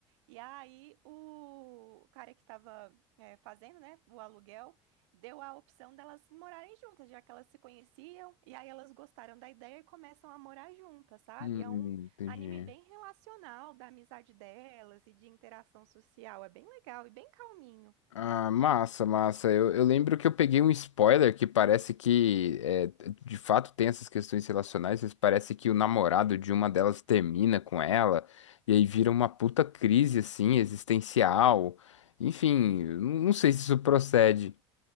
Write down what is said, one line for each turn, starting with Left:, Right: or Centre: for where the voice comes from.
Right: E aí o cara que tava é, fazendo, né, o aluguel, deu a opção delas morarem juntas, já que elas se conheciam, e aí elas gostaram da ideia e começam a morar juntas, sabe?
Left: hum,
Right: É um
Left: entendi.
Right: anime bem relacional da amizade delas e de interação social, é bem legal e bem calminho.
Left: Ah, massa, massa. Eu, eu lembro que eu peguei um spoiler que parece que, é, de fato, tem essas questões relacionais, mas parece que o namorado de uma delas termina com ela, e aí vira uma puta crise, assim, existencial. Enfim, eu não não sei se isso procede.